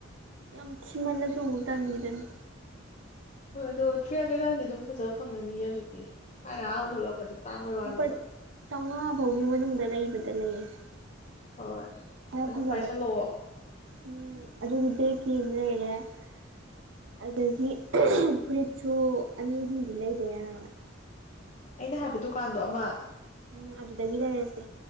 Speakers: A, on the right (about 70°); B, on the left (about 40°).
A: ꯌꯥꯝ ꯊꯤꯃꯟꯂꯁꯨ ꯑꯃꯨꯛ ꯇꯜꯂꯤꯗꯅ
B: ꯍꯣꯏ ꯑꯗꯣ ꯊ꯭ꯔꯤ ꯍꯟꯗ꯭ꯔꯦꯗ ꯑꯗꯥꯏꯗꯗꯤ ꯑꯗꯨꯝ ꯐꯖꯕ ꯐꯪꯒꯅꯤ ꯍꯧꯖꯤꯛꯇꯤ ꯊꯥꯏꯅ
A: ꯍꯣꯏ
B: ꯑꯍꯥꯟꯕ ꯊꯣꯛꯂꯛꯄꯗ ꯇꯥꯡꯕꯩ ꯋꯥꯅꯦꯕ
A: ꯂꯨꯄꯥ ꯆꯥꯝꯃꯉꯥ ꯐꯥꯎꯒꯤ ꯃꯅꯨꯡꯗ ꯂꯩꯕꯗ ꯂꯩꯔꯁꯦ
B: ꯍꯣꯏ
A: ꯈꯔ
B: ꯑꯗꯨꯝ
A: ꯐꯖꯕ
B: ꯄꯥꯏꯁꯜꯂꯛꯑꯣ
A: ꯎꯝ ꯑꯗꯨꯒꯤ ꯕꯦꯒꯀꯤ ꯑꯃ ꯂꯩꯔꯦ <inaudible> ꯑꯗꯒꯤ ꯐꯨꯔꯤꯠꯁꯨ ꯑꯅꯤ ꯑꯍꯨꯝꯗꯤ ꯂꯩꯗ ꯌꯔꯣꯏ
B: ꯑꯩꯅ ꯍꯥꯏꯕ ꯗꯨꯀꯥꯟꯗꯣ ꯑꯃ
A: ꯎꯝ ꯑꯗꯨꯗꯒꯤ ꯂꯩꯔꯁꯦ